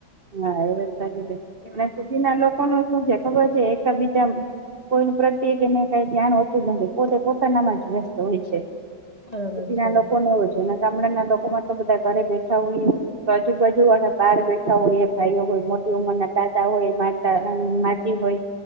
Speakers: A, on the right; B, on the left.
A: હા એ વાત સાચી છે
B: એ
A: અને
B: બધું
A: સિધી ના લોકોનું શું છે ખબર છે એક બીજા કોઈનું પ્રત્યે એને કઈ ધ્યાન હોતું જ નથી પોતે પોતાનામાં જ વ્યસ્ત હોય છે.
B: બરાબર
A: ખેટી ના
B: છે
A: લોકોને એવો જોને ગામડાના લોકો માં તો બધા ઘરે બેઠા હોઈએ બાજુ બાજુ વાળા બાર બેઠ બેઠા હોય ભાઈઓ હોય મોટી ઉંમર ના દાદા હોય માતા માજી હોય.